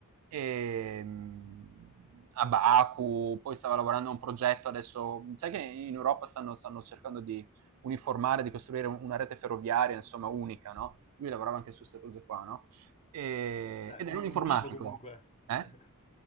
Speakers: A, on the right; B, on the left.
A: E, mh, a Baku, poi stava lavorando a un progetto adesso, sai che in Europa stanno, stanno cercando di uniformare, di costruire un- una rete ferroviaria, insomma, unica, no? Lui lavorava anche su queste cose qua, no? E-
B: Eh,
A: ed
B: un,
A: era un informatico,
B: un tipo comunque.
A: eh?
B: <laughs>